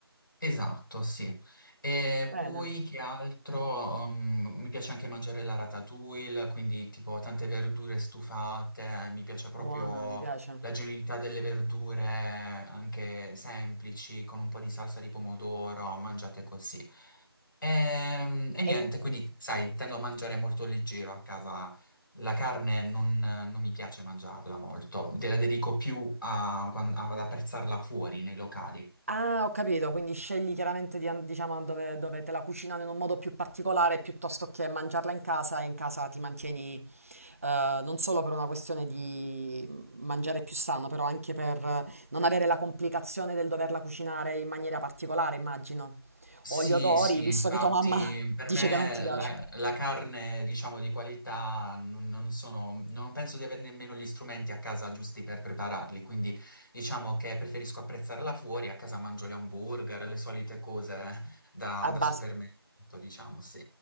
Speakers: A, on the left; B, on the right.
A: esatto, sì. E
B: Bene.
A: poi che altro? um, mi piace anche mangiare la ratatouille, quindi tipo tante verdure stufate, mi piace proprio
B: Buona, mi piace.
A: la genuinità delle verdure, anche semplici, con un po' di salsa di pomodoro, mangiate così. Ehm, E, niente,
B: E,
A: quindi sai, tendo a mangiare molto leggero a casa. La carne non, non mi piace mangiarla molto, la dedico più a- ad apprezzarla fuori nei locali.
B: Ah, ho capito, quindi scegli chiaramente di, an- diciamo, dove, dove te la cucinano in un modo più particolare piuttosto che mangiarla in casa e in casa ti mantieni eh, non solo per una questione di mangiare più sano, però anche per eh, non avere la complicazione del doverla cucinare in maniera particolare, immagino.
A: Sì,
B: O gli odori,
A: sì,
B: visto
A: infatti
B: che tua mamma <laughs>
A: per
B: dice
A: me
B: che non ti piace.
A: la, la carne, diciamo, di qualità non, non sono, non penso di avere nemmeno gli strumenti a casa giusti per prepararli, quindi diciamo che preferisco apprezzarla fuori, a casa mangio gli hamburger, le solite cose da,
B: A
A: da
B: base.
A: supermercato, diciamo, sì.